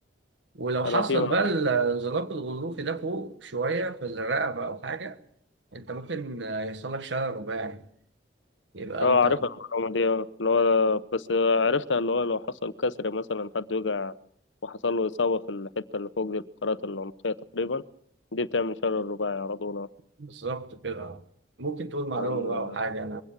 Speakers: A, on the right; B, on the left.
A: ولو حصل
B: أنا في
A: بقى الانزلاق الغضروفي ده فوق شوية في الرقبة أو حاجة أنت ممكن آه، يحصل لك شلل رباعي يبقى
B: اه
A: أنت
B: عارفها المعلومة دي اه اللي هو بس عرفتها اللي هو لو حصل كسر مثلا حد وقع وحصل له إصابة في الحتة اللي فوق دي الفقرات العنقية تقريبا دي بتعمل شلل رباعي على طول اه.
A: بالظبط كده ممكن تقول معلومة
B: أم-
A: بقى أو حاجة أنا